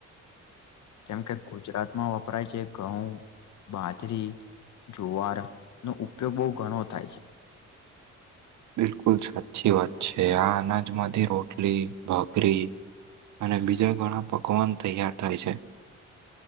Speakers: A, on the left; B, on the right.
A: જેમ કે ગુજરાતમાં વપરાય છે ઘઉં બાજરી જુવાર નો ઉપયોગ બો ઘણો થાય છે
B: બિલકુલ સાચી વાત છે આ અનાજમાંથી રોટલી ભાકરી અને બીજા ઘણા પકવાન તૈયાર થાય છે